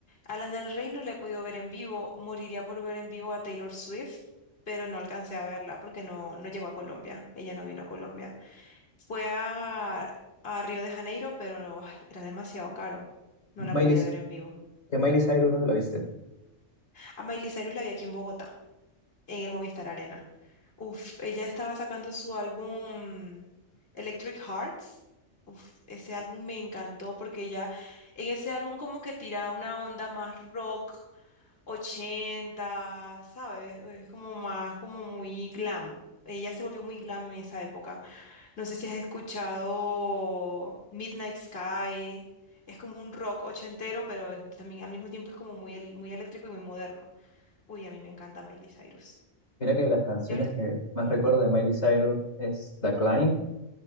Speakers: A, on the left; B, on the left.
A: Alan del Rey no la he podido ver en vivo, moriría por ver en vivo a Taylor Swift, pero no alcancé a verla porque no, no llegó a Colombia, ella no vino a Colombia. Fue a, a Río de Janeiro, pero ay, era demasiado caro, no la
B: Miley,
A: pude ver en vivo.
B: ¿qué Miley Cyrus dónde la viste?
A: A Miley Cyrus la vi aquí en Bogotá. en el Movistar Arena. Uf, ella estaba sacando su álbum Electric Hearts. Uf, ese álbum me encantó porque ella en ese álbum como que tira una onda más rock 80, ¿sabes? Es como más, como muy glam. Ella se volvió muy glam en esa época. No sé si has escuchado Midnight Sky. Es como un rock ochentero, pero es- también al mismo tiempo es como muy, el- muy eléctrico y muy moderno. Uy, a mí me encanta Miley Cyrus.
B: Mira que las canciones
A: Ya
B: que más recuerdo de Miley Cyrus es The Climb,